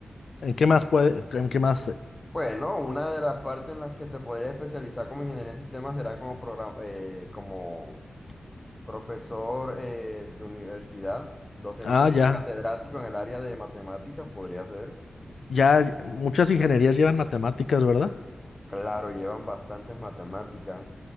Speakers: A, on the left; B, on the left.
A: ¿En qué más puede, en qué más?
B: Bueno, una de las partes en las que te podrías especializar como ingeniería en sistemas será como, progra- eh, como profesor eh, de universidad, docente
A: Ah, ya,
B: catedrático en el área de matemáticas, podría ser.
A: ya, muchas ingenierías llevan matemáticas, ¿verdad?
B: Claro, llevan bastantes matemáticas.